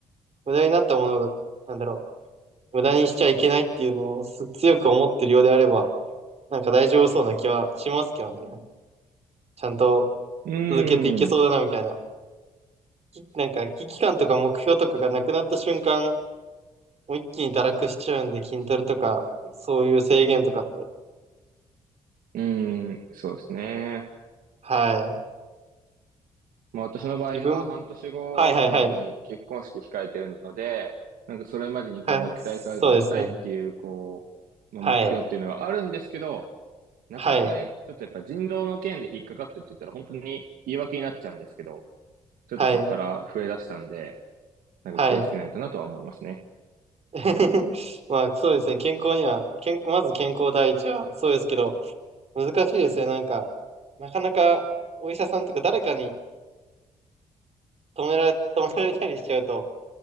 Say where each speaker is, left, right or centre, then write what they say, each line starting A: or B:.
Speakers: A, on the right; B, on the right.
A: 無駄になったもの、なんだろう、無駄にしちゃいけないっていうのをす強く思ってるようであれば、なんか大丈夫そうな気はしますけどね。ちゃんと
B: うーん、
A: 続けていけそうだなみたいな。
B: う
A: きなんか危機感とか目標とかがなくなった瞬間、もう一気に堕落しちゃうんで、筋トレとか、そういう制限とかって。
B: ーん、そうですね。
A: はい。
B: まあ、私の場合は半年後に結婚式控えてるので、
A: 自分、はいはいはい。
B: なんかそれまでにこう肉体改造したいっていう、
A: はい。そうですね。
B: こう、まあ、
A: はい。
B: 目標っていうのがあるんですけど、なかなかね、
A: はい。
B: ちょっとやっぱ腎臓の件で引っかかってって言ったら本当に言い訳になっちゃうんですけど、ちょっとそこから増え出したんで、
A: はい。
B: なんか気をつけないとなとは思いますね。
A: はい。<laughs> まあそうですね、健康には、健まず健康第一はそうですけど、難しいですね、なんか、なかなかお医者さんとか誰かに止められ、<laughs> 止められたりしちゃうと、